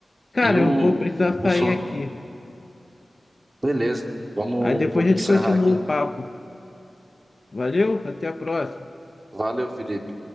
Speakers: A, on the left; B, on the right.
A: Cara,
B: E
A: eu
B: o,
A: vou precisar
B: o
A: sair
B: Flamengo.
A: aqui.
B: Beleza, vamos,
A: Aí depois
B: vamos
A: a gente
B: encerrar
A: continua
B: aqui.
A: o papo. Valeu, até a próxima.
B: Valeu, Felipe.